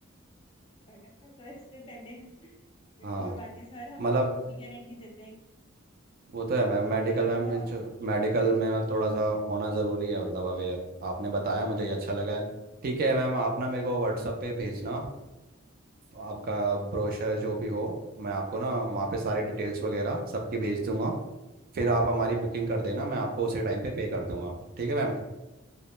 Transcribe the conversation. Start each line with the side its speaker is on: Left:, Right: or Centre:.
Left: अच्छा सर इससे पहले <laughs>
Right: हाँ
Left: कोई बात नहीं सर हम
Right: मतलब
Left: आपको पूरी गारंटी देते हैं
Right: वो तो है मैम मेडिकल
Left: अ,
Right: मैम
Left: कि हम
Right: इंश्योर- मेडिकल में मैम थोड़ा सा
Left: आपको
Right: होना ज़रूरी है मतलब अवेयर आपने बताया मुझे ये अच्छा लगा है ठीक है मैम आप ना मेरे को व्हाट्सअप पे भेजना आपका ब्रोशर जो भी हो मैं आपको ना वहाँ पे सारे डिटेल्स वगैरह सबकी भेज दूंगा फिर आप हमारी बुकिंग कर देना मैं आपको उसी टाइम पे पे कर दूंगा ठीक है मैम